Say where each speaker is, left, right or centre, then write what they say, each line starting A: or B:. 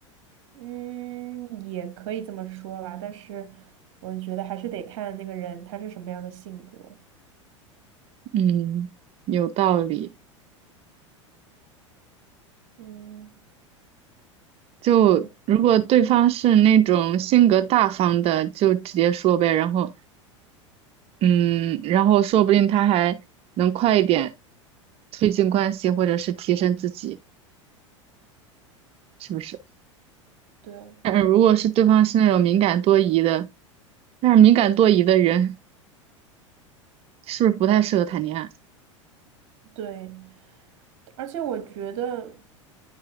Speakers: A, on the right; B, on the right.
A: 嗯，也可以这么说吧，但是我觉得还是得看那个人他是什么样的性格。
B: 嗯，有道理。
A: 嗯
B: 就如果对方是那种性格大方的，
A: 嗯，
B: 就直接说呗，然后嗯，然后说不定他还能快一点推进关系，或者是提升自己，是不是？
A: 对
B: 嗯，如果是对方是那种敏感多疑的，但是敏感多疑的人是不是不太适合谈恋爱？
A: 对。而且我觉得